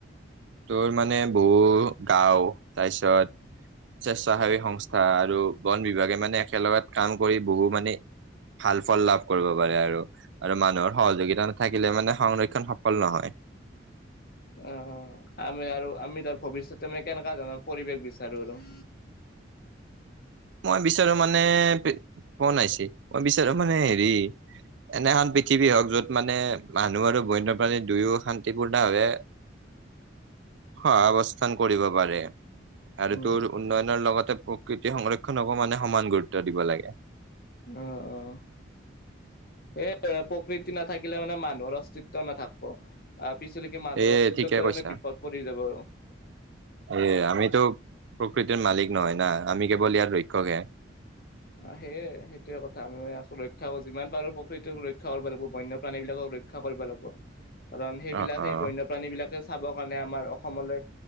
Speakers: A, on the right (about 75°); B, on the left (about 50°).
A: তোৰ মানে বহু গাও তাৰপিছত স্বেচ্ছাসেৱী সংস্থা আৰু বন বিভাগে মানে একেলগত কাম কৰি বহু মানে ভাল ফল লাভ কৰিব পাৰে আৰু আৰু মানুহৰ সহযোগিতা নাথাকিলে মানে সংৰক্ষণ সফল নহয়।
B: অ' আমি আৰু আমি তাৰ ভৱিষ্যতে মানে কেনেকুৱা ধৰণৰ পৰিৱেশ বিচাৰো আৰু।
A: মই বিচাৰো মানে, ফোন আহিছে, মই বিচাৰো মানে হেৰি এনে এখন পৃথিৱী হওক যত মানে মানুহ আৰু বন্যপ্ৰাণীৰ দুয়ো শান্তিপূৰ্ণ ভাৱে
B: <inaudible>
A: হয় অৱস্থান কৰিব পাৰে। আৰু
B: উম।
A: তোৰ উন্নয়নৰ লগতে প্ৰকৃতিৰ সংৰক্ষণকো মানে সমান গুৰুত্ব দিব লাগে।
B: অ' অ'। স প্ৰকৃতি নাথাকিলে মানে মানুহৰ অস্তিত্ব নাথাকব। আৰু পিছিলে কি মানুহৰ
A: সেয়ে
B: অস্তিত্বতে
A: ঠিকে কৈছা
B: মানে বিপদ পৰি যাব আৰু।
A: এ আমিতো প্ৰকৃতিৰ মালিক নহয় না আমি কেৱল ইয়াৰ ৰক্ষক হে।
B: আহ সেয়ে সেইটোৱে কথা আমি ৰক্ষা কৰো যিমান পাৰো প্ৰকৃতিক ৰক্ষা কৰিব লাগিব বন্য প্ৰাণী বিলাকক ৰক্ষা ৰক্ষা কৰিব লাগিব, কাৰণ সেইবিলাক
A: অ অ
B: সেই বন্যপ্ৰাণী বিলাকে চাবৰ কাৰণে আমাৰ অসমলৈ